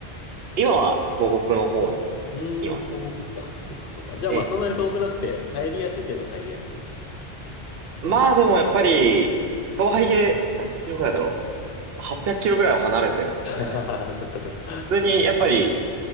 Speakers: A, on the right; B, on the left.
A: 今は東北の方に今住んでるってことですね。
B: うーん、東北ですか。そっかそっか。じゃあまあそんなに遠くなくて、
A: ええ、
B: 帰りやすいといえば帰りやすいんですね。
A: まあでもやっぱり、とはいえ何キロぐらいだろう。800キロぐらいは離れてるので、
B: <laughs> そっかそっか。
A: 普通にやっぱり、